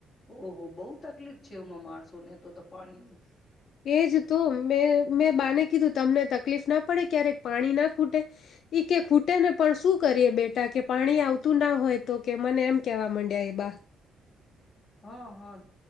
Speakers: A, on the left; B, on the left.
A: ઓહો બહુ તકલીફ છે હમાં માણસોને તો તો પાણીની
B: એજ તો મેં મેં બાને કીધું તમને તકલીફ ના પડે ક્યારેક પાણી ના ખૂટે એ કે ખૂટે ને પણ શું કરીએ બેટા કે પાણી આવતું ના હોય તો કે મને એમ કેવા માંડ્યા એ બા
A: હા હા